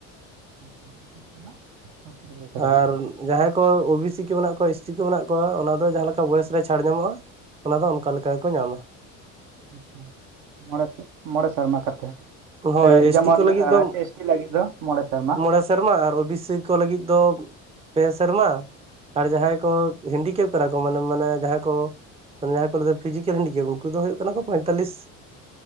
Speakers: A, on the right (about 70°); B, on the right (about 15°).
A: <unintelligible> ᱥᱚᱛᱛᱨᱤᱥ ᱵᱚᱪᱷᱚᱨ ᱦᱟᱹᱵᱤᱡ
B: ᱟᱨ ᱡᱟᱦᱟᱸᱭ ᱠᱚ ᱳ ᱵᱤ ᱥᱤᱤ ᱠᱚ ᱢᱮᱱᱟᱜ ᱠᱚᱣᱟ ᱮᱥ ᱴᱤ ᱠᱚ ᱠᱚ ᱢᱮᱱᱟᱜ ᱠᱚᱣᱟ ᱚᱱᱟ ᱫᱚ ᱡᱟᱦᱟᱸ ᱞᱮᱠᱟ ᱵᱚᱭᱮᱥ ᱨᱮ ᱪᱷᱟᱲ ᱧᱟᱢᱚᱜᱼᱟ ᱚᱱᱟ ᱫᱚ ᱚᱱᱠᱟ ᱞᱮᱠᱟ᱾ ᱠᱚ ᱧᱟᱢᱟ᱾
A: ᱟᱪᱪᱷᱟ ᱢᱚᱬᱮ, ᱢᱚᱬᱮ ᱥᱮᱨᱢᱟ ᱠᱟᱛᱮᱫ᱾
B: ᱦᱳᱭ
A: ᱦᱮᱸ,
B: ᱮᱥ
A: ᱡᱮᱢᱚᱱ
B: ᱴᱤ ᱠᱚ ᱞᱟᱹᱜᱤᱫ ᱫᱚ
A: ᱮᱥ ᱴᱤ ᱞᱟᱹᱜᱤᱫ ᱫᱚ ᱢᱚᱬᱮ ᱥᱮᱨᱢᱟ᱾
B: ᱢᱚᱬᱮ ᱥᱮᱨᱢᱟ ᱟᱨ ᱳ ᱵᱤ ᱥᱤ ᱠᱚ ᱞᱟᱹᱜᱤᱫ ᱫᱚ ᱯᱮ ᱥᱮᱨᱢᱟ ᱟᱨ ᱡᱟᱦᱟᱸᱭ ᱠᱚ ᱦᱮᱱᱰᱤᱠᱮᱯ ᱠᱟᱱᱟ ᱠᱚ ᱢᱟᱱᱮ ᱢᱟᱱᱮ ᱡᱟᱦᱟᱸᱭ ᱠᱚ ᱡᱟᱦᱟᱸᱭ ᱠᱚ ᱞᱟᱹᱭᱫᱟ ᱯᱷᱤᱡᱤᱠᱮᱞ ᱦᱤᱱᱰᱤᱠᱮᱯ ᱩᱱᱠᱩ ᱫᱚ ᱦᱩᱭᱩᱜ ᱠᱟᱱᱟ ᱠᱚ ᱯᱚᱸᱭᱛᱟᱞᱞᱤᱥ᱾